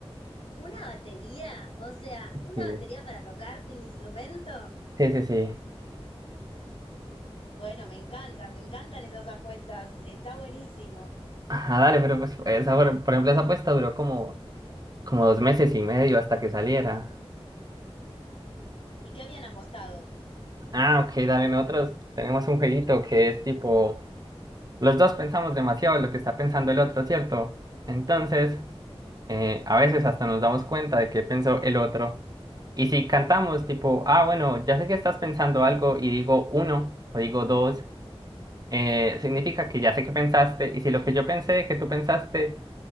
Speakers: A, on the left; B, on the right.
A: una batería? O sea, ¿una
B: Sí,
A: batería para tocar el instrumento?
B: sí, sí. sí.
A: Bueno, me encantan, me encantan esas apuestas. Está buenísimo.
B: Ajá, dale, pero pues esa, por por ejemplo, esa apuesta duró como, como dos meses y medio hasta que saliera.
A: ¿Y qué habían apostado?
B: Ah, ok, dale, nosotros tenemos un jueguito que es tipo, los dos pensamos demasiado en lo que está pensando el otro, ¿cierto? Entonces, eh, a veces hasta nos damos cuenta de qué pensó el otro. Y si cantamos tipo, ah, bueno, ya sé que estás pensando algo y digo uno o digo dos, eh, significa que ya sé que pensaste y si lo que yo pensé que tú pensaste,